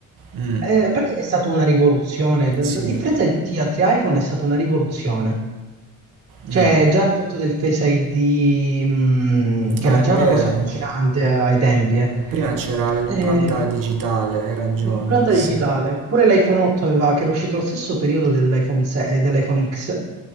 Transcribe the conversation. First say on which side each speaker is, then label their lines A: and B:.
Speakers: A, on the right (about 70°); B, on the right (about 40°).
A: Mm,
B: Eh, a parte che è stata una rivoluzione, d-
A: sì.
B: a differenza di tutti gli altri iPhone è stata una rivoluzione. Cioè,
A: mm.
B: già il fatto del Face ID, mh, che
A: Ah,
B: era già
A: è vero.
B: una cosa allucinante ai tempi, eh.
A: Prima c'era l'impronta
B: Eh,
A: digitale, hai ragione,
B: L'impronta
A: sì.
B: digitale. Pure l'iPhone 8 aveva, che era uscito allo stesso periodo dell'iPhone 6 e dell'iPhone X,